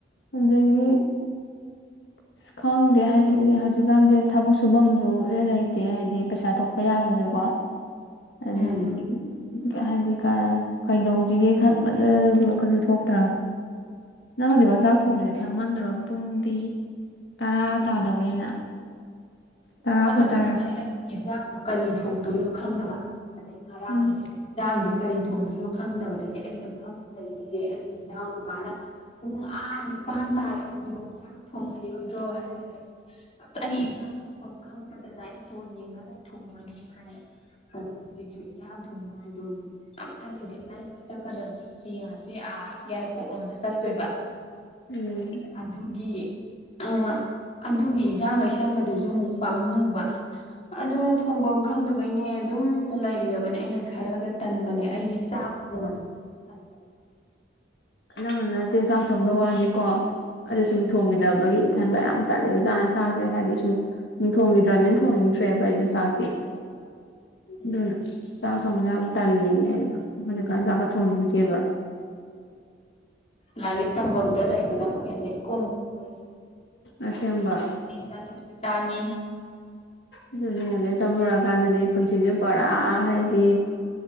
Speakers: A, on the left; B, on the left.
A: ꯑꯗꯒꯤ ꯑꯁ ꯈꯪꯗꯦ ꯍꯥꯏꯗꯤ ꯍꯧꯖꯤꯛꯀꯥꯟꯁꯦ ꯊꯕꯛ ꯁꯨꯐꯝꯁꯨ ꯏꯂꯩ ꯂꯩꯇꯦ ꯍꯥꯏꯕꯗꯤ ꯄꯩꯁꯥ ꯊꯣꯛꯄ ꯌꯥꯕꯁꯦꯀꯣ ꯑꯗꯒꯤ
B: ꯎꯝ
A: ꯍꯥꯏꯗꯤ ꯀꯩꯗꯧꯖꯤꯒꯦ ꯈꯟꯕꯗꯁꯨ ꯋꯥꯈꯜꯁꯨ ꯊꯣꯛꯇ꯭ꯔꯥ ꯅꯪ ꯍꯧꯖꯤꯛꯐꯥꯎ ꯆꯥꯛ ꯊꯣꯡꯗꯗ ꯊꯦꯡꯃꯟꯗ꯭ꯔꯣ ꯄꯨꯡꯗꯤ ꯇꯔꯥ ꯇꯥꯗꯧꯔꯦꯅ ꯇꯔꯥꯕꯨ
B: ꯊꯣꯡꯉ ꯗꯕꯅꯦꯉꯥꯏꯍꯥꯛ
A: ꯇꯥꯔꯝꯃꯦ
B: ꯂꯩꯔ ꯏꯅꯖꯥꯡꯗꯣ ꯀꯔꯤ ꯊꯣꯡꯗꯣꯏꯅꯣ ꯈꯪꯗꯕ ꯑꯗꯩ ꯉꯔꯥꯡꯁꯤꯁꯨ
A: ꯎꯝ
B: ꯍꯤꯟꯖꯥꯡꯁꯦ ꯀꯔꯤ ꯊꯣꯡꯗꯣꯏꯅꯣ ꯈꯪꯗꯕꯗꯒꯤ ꯑꯩꯁꯦ ꯐꯝ ꯂꯩꯔꯦ ꯑꯩꯒꯤ ꯏꯅꯥꯎ ꯅꯨꯄꯥꯅ ꯄꯨꯡ ꯑ ꯅꯤꯄꯥꯟ ꯇꯥꯔꯦ ꯍꯧꯖꯤꯛꯐꯧ ꯆꯥꯛ ꯊꯣꯡꯍꯩꯔꯣꯏꯗ꯭ꯔꯣ ꯍꯥꯏꯔꯒ ꯑꯩ ꯑꯁ ꯑꯩ ꯏꯟꯖꯥꯡ ꯊꯣ ꯄꯐ ꯈꯪꯗ ꯗꯅꯥ ꯑꯩꯗꯤ ꯐꯣꯟ ꯌꯦꯡꯉꯒ ꯂꯩ ꯊꯣꯡꯒꯅꯤꯁꯦ ꯍꯥꯏꯔꯦ ꯈꯔ ꯍꯧꯖꯤꯛꯁꯨ ꯏꯟꯖꯥꯡ ꯊꯣꯡꯉꯥꯏꯗꯣ ꯄꯩꯁꯥ ꯂꯩꯇꯦ ꯂꯩꯕ ꯆꯠꯀꯗꯕꯁꯨ ꯍꯌꯦꯡ ꯍꯆꯤꯠ ꯑꯥ ꯌꯥꯏꯄꯣꯛꯂꯣꯝꯗ ꯆꯠꯇꯣꯏꯕ
A: ꯎꯝ
B: ꯑꯗꯨꯒꯤ ꯑ ꯑꯗꯨꯒꯤ ꯏꯟꯖꯥꯡ ꯂꯩꯁꯟꯕꯗꯨꯁꯨ ꯑꯗꯨꯛ ꯄꯥꯝꯃꯨꯕ ꯑꯗꯨꯅ ꯊꯣꯡꯐꯝ ꯈꯪꯗꯕꯩꯅꯦ ꯑꯗꯨꯝ ꯂꯩꯔꯕꯅꯦ ꯑꯩꯅ ꯈꯔꯒ ꯇꯟꯕꯅꯦ ꯑꯩꯗꯤ ꯆꯥꯛ ꯊꯣꯡꯃꯟꯗꯅ
A: ꯅꯪ ꯅꯠꯇ ꯆꯥꯛꯊꯣꯡ ꯋꯥꯅꯤꯀꯣ ꯑꯗ ꯁꯨꯝ ꯊꯣꯡꯈꯤꯗꯕꯒꯤ ꯏꯊꯟꯕ ꯌꯥꯝ ꯇꯥꯂꯤꯟꯆꯠꯅꯤ ꯆꯥꯛꯁꯦ ꯍꯥꯏꯗꯤ ꯁꯨꯝ ꯊꯣꯡꯈꯤꯗ꯭ꯔꯕꯅꯤꯅ ꯊꯣꯡꯅꯤꯡꯗ꯭ꯔꯦꯕ ꯑꯩꯁꯨ ꯆꯥꯛꯇꯤ
B: ꯎꯝ
A: ꯑꯗꯨꯅ ꯆꯥꯎ ꯊꯣꯡꯁꯨ ꯌꯥꯝ ꯇꯜꯂꯤꯅꯦ ꯑꯩꯁꯨ ꯍꯧꯖꯤꯛꯀꯥꯟ ꯆꯥꯛꯀ ꯊꯣꯡꯅꯤꯡꯗꯦꯕ
B: ꯂꯥꯏꯔꯤꯛ ꯇꯝꯐꯝꯝꯗ ꯂꯩꯕꯅꯕꯨ ꯍꯦꯅ ꯏꯀꯣ ꯀꯣꯝꯕꯅꯤꯅꯦ
A: ꯑꯁꯦꯡꯕ
B: <inaudible> ꯆꯥꯅꯤ
A: ꯑꯗꯨꯅꯦꯅ ꯂꯔꯤ ꯇꯝꯂꯨꯔꯀꯥꯟꯗꯗꯤ ꯄꯨꯟꯁꯤꯁꯦ ꯄꯨꯔꯥ ꯍꯥꯏꯗꯤ